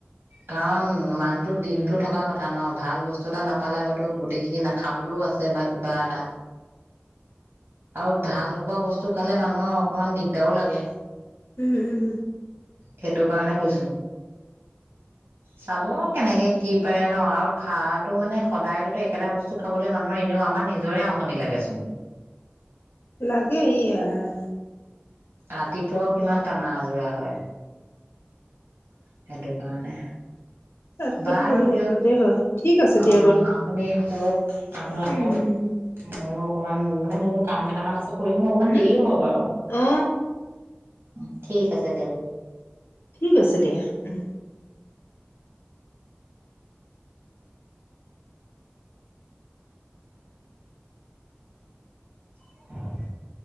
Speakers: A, on the right; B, on the left.
A: কাৰণ মানুহটো দিনটো থকা কথা ন' ভাল বস্তু এটা নাপালে হয়তো গোটেইখিনি না খাবলৈও আছে বা কিবা এটা। আৰু ভাল নোপোৱা বস্তু খালে মানুহৰ অকণমান দিগদাৰো লাগে।
B: উম, উম।
A: সেইটো কাৰণে কৈছোঁ। চাব কেনেকে কি পাৰে ন' আৰু খাটো মানে সদায়েতো একেটা বস্তু খাবলৈ মানুহৰ এনেও, আমাৰ নিজৰে আমনি লাগেচোন।
B: লাগে ই আই।
A: ৰাতিপুৱাও কিমান টানা আজোৰা হয়। সেইটো কাৰণে।
B: তাৰপিছতো
A: বাৰু
B: বহুত
A: দিয়ক
B: উৎপতে হয়। ঠিক আছে
A: অ
B: দিয়া বাৰু।
A: আপুনি শুৱক, আপোনোকৰ,
B: উম
A: মইও অকমান মানে মোৰ কাম কেইটামান আছে। কৰি মোৰ অকণমান
B: হম
A: দেৰি হ'ব বাৰু। উ,
B: অ
A: ঠিক আছে দিয়ক।
B: ঠিক আছে দিয়া উম।
A: <inaudible>